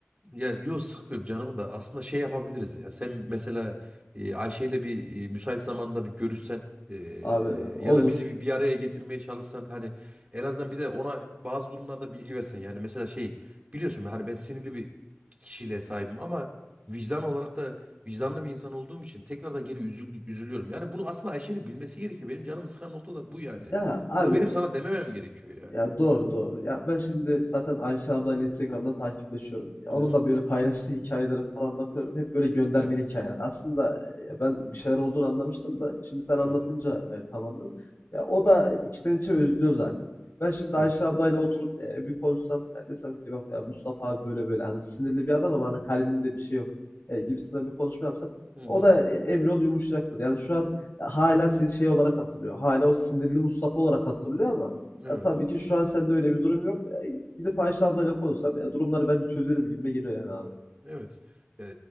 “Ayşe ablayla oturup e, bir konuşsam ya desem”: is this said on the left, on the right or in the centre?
Left